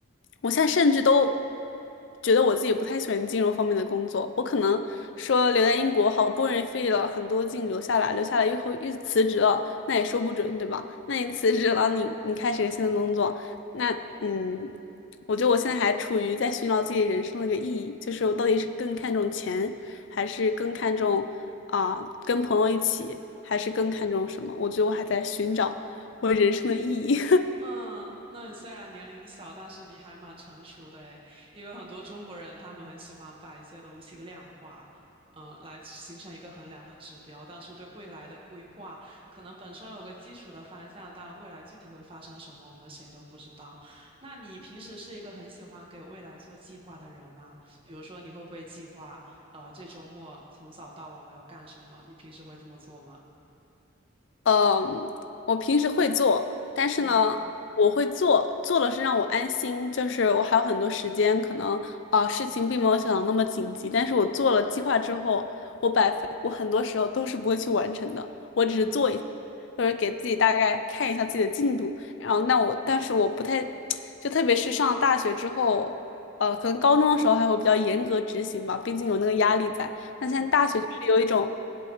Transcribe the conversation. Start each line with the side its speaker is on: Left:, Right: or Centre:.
Left: 我现在甚至都觉得我自己不太喜欢金融方面的工作。我可能说留在英国，好不容易费了很多劲留下来，留下来又后又辞职了，那也说不准，对吧？那你辞职了，你你开始一个新的工作，那嗯，我觉得我现在还处于在寻找自己人生的一个意义，就是我到底是更看重钱，还是更看重啊、跟朋友一起，还是更看重什么？我觉得我还在寻找我人生的意义。
Right: 嗯，那你虽然年龄小，但是你还蛮成熟的诶，因为很多中国人他们很喜欢把一些东西量化，嗯，来形成一个衡量的指标，但是对未来的规划，可能本身有个基础的方向，但未来具体会发生什么，我们谁都不知道。那你平时是一个很喜欢给未来做计划的人吗？比如说，你会不会计划，呃，这周末从早到晚我要干什么？你平时会这么做吗？
Left: 嗯，我平时会做，但是呢，
Right: 嗯
Left: 我会做，做了是让我安心，就是我还有很多时间，可能啊事情并没有想的那么紧急，但是我做了计划之后，我百分我很多时候都是不会去完成的，我只是做一下，
Right: 嗯
Left: 就是给自己大概看一下自己的进度，然后那我，但是我不太，<tsk> 就特别是上了大学之后，呃，可能高中的时候还会比较严格执行吧，毕竟有那个压力在，但现在大学就是有一种。
Right: 嗯。